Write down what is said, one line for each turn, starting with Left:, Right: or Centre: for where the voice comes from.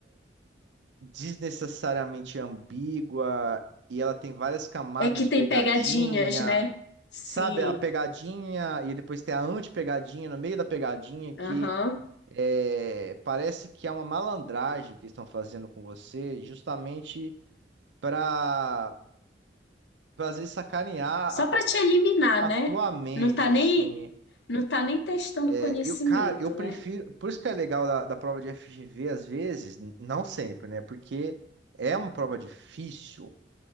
Right: desnecessariamente ambígua e ela tem várias camadas
Left: É que
Right: de
Left: tem
Right: pegadinha,
Left: pegadinhas, né? Sim.
Right: sabe? A pegadinha e depois tem a anti-pegadinha no meio da pegadinha que
Left: Aham.
Right: é, parece que é uma malandragem que estão fazendo com você, justamente para pra às vezes sacanear a,
Left: Só para te eliminar,
Right: a- a
Left: né?
Right: tua mente,
Left: Não tá nem,
Right: assim.
Left: não tá nem testando
Right: É,
Left: conhecimento,
Right: eu, cara, eu prefiro.
Left: né?
Right: Por isso que é legal da, da prova de FGV, às vezes, n- não sempre, né? Porque é uma prova difícil,